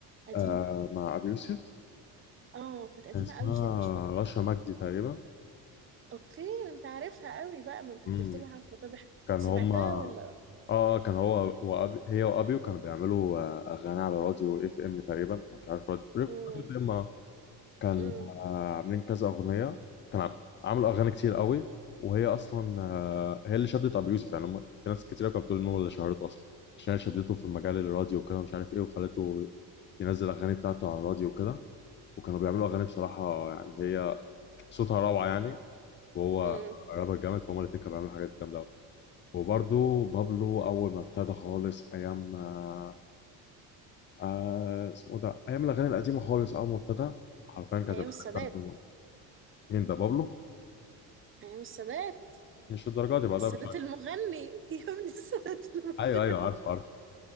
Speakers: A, on the right; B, on the left.
A: قديمة
B: آه مع ابو يوسف
A: اه كانت قديمة
B: كان اسمها
A: قوي كده مش فاكرة
B: رشا مجدي تقريبا
A: اوكي ده انت عارفها قوي بقى ما انت
B: امم
A: حضرت لها حفلة طب إح-
B: كان
A: سمعتها
B: هما
A: ولا
B: اه آه، كان هو وأبي هي وابيو كانوا بيعملوا آه، اغاني على راديو اف ام تقريبا مش عارف راديو راديو
A: مم.
B: اف ام كان
A: مم.
B: آه، عاملين كذا اغنيه كان عم- عملوا اغاني كتير قوي وهي اصلا آه، هي اللي شدت ابو يوسف يعني هم في ناس كتير كانت بتقول ان هو اللي شهرته اصلا عشان هي شدته في مجال الراديو وكده مش عارف ايه وخلته ينزل اغاني بتاعته على الراديو وكده وكانوا بيعملوا اغاني بصراحه يعني هي صوتها روعه يعني وهو
A: مم.
B: رابر جامد فهم الاتنين كانوا بيعملوا حاجات جامده أوي. وبرضه بابلو اول ما ابتدى خالص ايام آه، آه، اسمه ده ايام الاغاني القديمه خالص اول ما ابتدى حرفيا كانت الأغاني
A: ايام السادات
B: بتاعته مين ده بابلو
A: ايام السادات
B: مش الدرجه دي بعدها
A: السادات
B: بشويه
A: المغني <laughs> يا ابني السادات المغني
B: ايوه ايوه عارف عارف